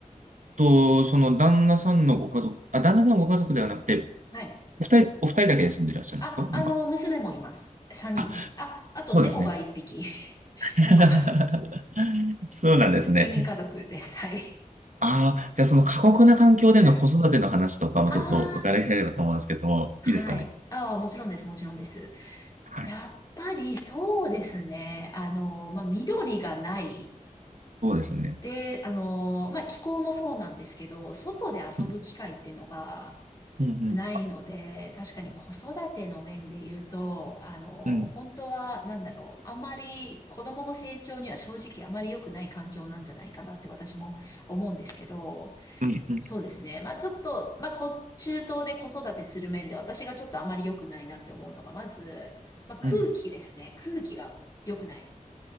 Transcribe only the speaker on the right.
と、その、旦那さんのご家族、あ、旦那さんのご家族ではなくて、
お二人、お二人だけで住んでいらっしゃるんですか今。
あ、
そうですね。
<laughs>
そうなんですね。
ああ、じゃあその過酷な環境での子育ての話とかもちょっと伺いたいればと思うんですけど、
いいですかね。
はい。
そうですね。
うん、うん、
うん、
うん、うん、
うん。